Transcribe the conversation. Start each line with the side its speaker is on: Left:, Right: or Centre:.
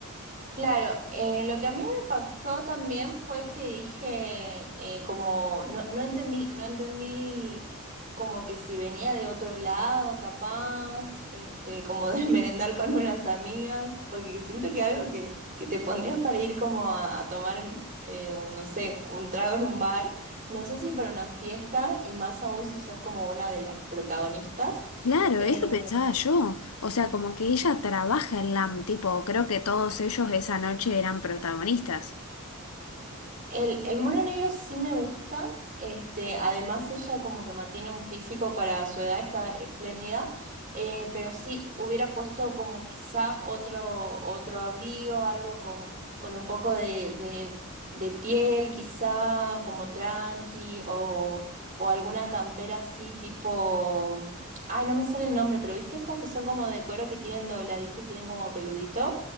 Right: Claro, eh, lo que a mí me pasó también fue que dije, eh, como, no, no entendí, no entendí como que si venía de otro lado, capaz, este, como de <laughs> merendar con unas amigas, porque siento que algo que, que te pondrías para ir como a, a tomar, eh, un, no sé, un trago en un bar, no sé si para una fiesta y más aún si sos como una de las protagonistas.
Left: Claro,
Right: eh,
Left: eso pensaba yo. O sea, como que ella trabaja en LAM, tipo, creo que todos ellos esa noche eran protagonistas.
Right: El, el mono negro sí me gusta. Este, además ella como que mantiene un físico para su edad, está espléndida. eh, pero sí, hubiera puesto como quizá otro, otro abrigo, algo con, con un poco de, de- de piel, quizá como tranqui, o, o alguna campera así tipo. Ay, no me sale el nombre, pero viste estas que son como de cuero que tienen dobladito y tienen como peludito.